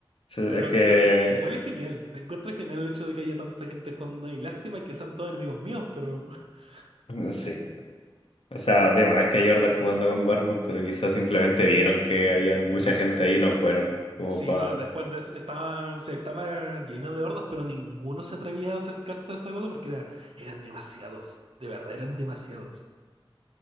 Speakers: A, on the left (about 80°); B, on the right (about 80°).
A: sí,
B: Pero
A: Es que.
B: claro, igual es genial. Me encuentro genial el hecho de que haya tanta gente jugando ahí. Lástima que sean todos enemigos míos, pero <laughs>
A: mm, Sí. O sea, además es que hay hordas jugando con Warmod, pero quizás simplemente vieron que había mucha gente ahí y no fueron. Como
B: sí,
A: para.
B: no, después de eso estaban, se estaba lleno de hordas, pero ninguno se atrevía a acercarse a esa cosa porque era, eran demasiados. De verdad, eran demasiados.